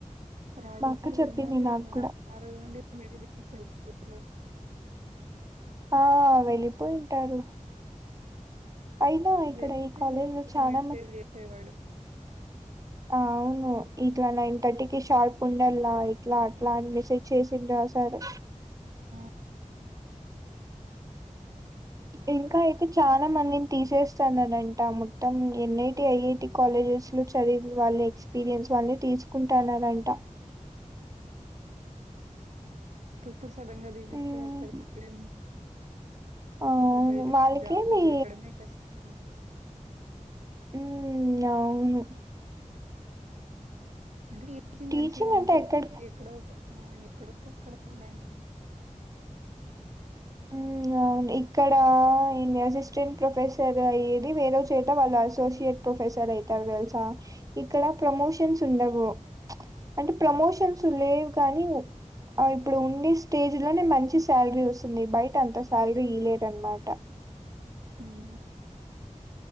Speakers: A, on the right; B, on the right.
A: రాహుల్
B: మా అక్క
A: సార్
B: చెప్పింది
A: వెళ్ళినారు
B: నాకు
A: ఏమో
B: కూడా
A: ఆ రోజు నుండి మెసేజ్ల్ లేవు గ్రూపులో
B: ఆ వెళ్ళిపోయింటారు అయినా ఇక్కడ
A: లేకపోతే
B: ఈ కాలేజ్ లో
A: ఒక
B: చాలా
A: మెసేజ్
B: మంది
A: చేసేవాడు
B: ఆ అవును ఇట్లా నైన్ థర్టీకిి షార్ప్ ఉండల్లా ఇట్లా
A: ఆ,
B: అట్లా అని మెసేజ్ చేసిండ స టారు
A: ఆ, <inaudible>
B: ఇంకా అయితే చాలా మందిని తీసేస్తన్నారంట మొత్తం N I T I I T కాలేజెస్లో చదివన వాళ్ళ ఎక్స్పీరియన్స్ వాళ్ళని తీసుకుంటనారంట
A: ఇప్పుడిప్పుడు సడన్గా తీసేస్తే
B: మ్మ్
A: వాళ్ళ పరిస్థిర ఏమి
B: అవును
A: ఇప్పుడు బయట
B: వాళ్ళకేమి
A: జాబులు దొరకడమే కష్టం
B: ఉమ్ అవును
A: అంటే టిచింగ్
B: టీచింగ్
A: మంచిగా ఉంటే
B: అంటే ఎక్కడ
A: ఎక్కడో ఆ ఎక్కడోక్కడైన
B: ఉమ్ గా అవును ఇక్కడ అసిస్టెంట్ ప్రొఫెసర్ అయ్యేది వేరేస్ చేట వాళ్ళు అసోసియేట్ ప్రొఫెసర్ అయితరు తెలుసా ఇక్కడ ప్రమోషన్స్ ఉండవు అంటే ప్రమోషన్స్ చ లేవు కానీ ఇప్పుడు ఉండే స్టేజ్ లోనే మంచి శాలరీ వస్ ఉంది బయట అంత శాలరీ ఎయ్యరనమటా
A: ఉమ్